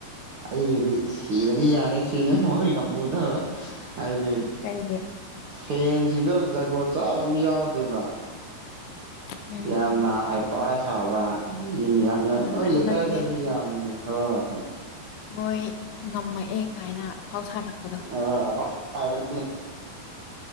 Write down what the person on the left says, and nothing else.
ꯀꯩꯒꯤ
ꯎꯝ
ꯑ
ꯍꯟꯗꯛꯁꯦ
ꯃꯣꯏ ꯉꯝꯃꯛꯑꯦ ꯀꯥꯏꯅ ꯑꯐꯥꯎ ꯁꯥꯔꯛꯄꯗꯣ